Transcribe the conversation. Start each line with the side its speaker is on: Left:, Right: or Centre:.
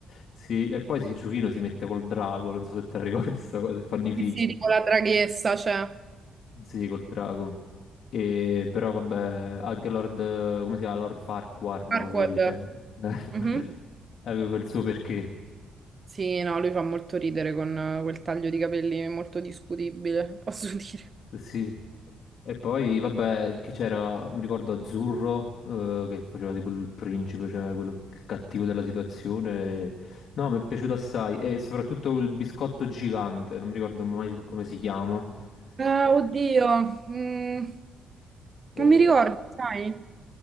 Left: Sì, e poi sì, Ciuchino si mette col drago, non so se te la ricordi sta cosa, e fanno i figli.
Right: sì, tipo la draghessa, cioè.
Left: Sì, col drago. E, però vabbè, anche Lord, come si chiama? Lord Farquaad,
Right: Farquaad.
Left: una cosa del genere. <laughs>
Right: Mhm.
Left: Aveva il suo perché.
Right: Sì, no, lui fa molto ridere con eh, quel taglio di capelli molto discutibile, <laughs> posso dire.
Left: Sì. E poi, vabbè, che c'era, mi ricordo Azzurro, eh, che faceva tipo il principe, cioè quello che- il cattivo della situazione. No, mi è piaciuto assai. E soprattutto il biscotto gigante, non mi ricordo mai come si chiama.
Right: Eh,
Left: Eh,
Right: oddio, mm,
Left: eh,
Right: non mi ricordo, sai?